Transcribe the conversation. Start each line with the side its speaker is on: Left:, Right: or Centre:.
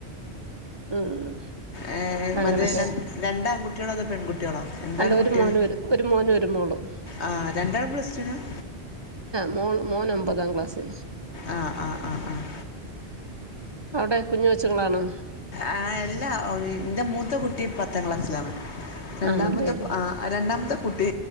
Right: ഉം
Left: ഏഹ്
Right: അങ്ങനൊക്കെ
Left: മറ്റെ രണ്ട് ആൺകുട്ട്യേളോ അതോ പെൺകുട്ട്യേളോ എന്താണ്
Right: അല്ല
Left: കുട്ട്യേൾ
Right: ഒരു മോനും ഒരു ഒരു മോനും ഒരു മോളും.
Left: ആ രണ്ടാള് പ്ലസ് റ്റു നും
Right: മോള് മോൻ ഒൻമ്പതാം ക്ലാസ്
Left: ആഹ്ആഹ് ആഹ് ആഹ്
Right: ഔടെ കുഞ്ഞുവച്ച്കളാണോ
Left: ആഹ് എല്ലാ ഇന്റെ മൂത്ത കുട്ടി പത്താം ക്ലാസ്സിലാണ് രണ്ടാമത്തെ
Right: ആണല്ലേ
Left: ആ രണ്ടാമത്തെ കുട്ടി